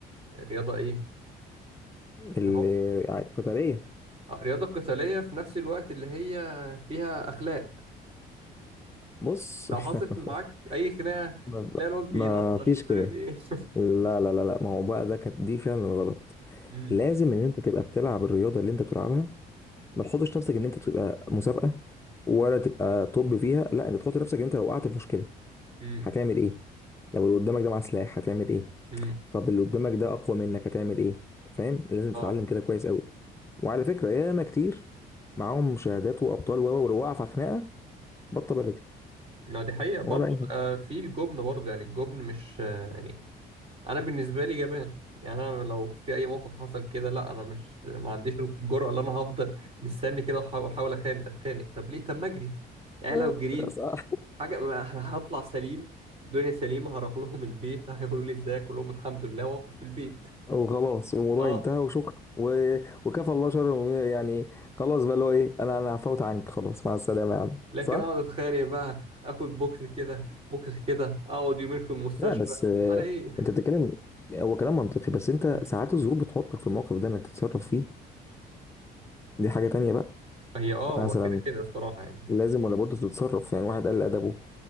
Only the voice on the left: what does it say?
ال-
قتاليه
بص
<laughs>
ما
ما فيش
كده
لا لا لا لا ما هو بقى ده كانت دي فعلا الغلط
لازم ان انت تبقى بتلعب الرياضه اللي انت بتلعبها ما تحطش نفسك ان انت تبقى مسابقه ولا تبقى طب فيها لا انت تحط نفسك ان انت لو وقعت في مشكله
هتعمل ايه لو اللي قدامك ده معاه سلاح هتعمل ايه
طب اللي قدامك ده اقوى منك هتعمل ايه فاهم لازم
تتعلم كده كويس قوي وعلى فكره ياما كتير معاهم شهادات وابطال و و- ولو وقع في خناقه بطه بلدي
ولا اي
حاجه
وخلاص والموضوع
انتهى وشكرا و... وكفى الله شر المؤمنين يعني خلاص بقى اللي هو ايه انا انا عفوت عنك خلاص مع السلامه يا عم
صح؟
لا بس آه،
انت بتتكلم هو كلام منطقي بس انت
ساعات الظروف بتحطك في الموقف ده انك تتصرف فيه دي حاجة تانية بقى
مثلا
لازم ولا بد تتصرف يعني واحد قل ادبه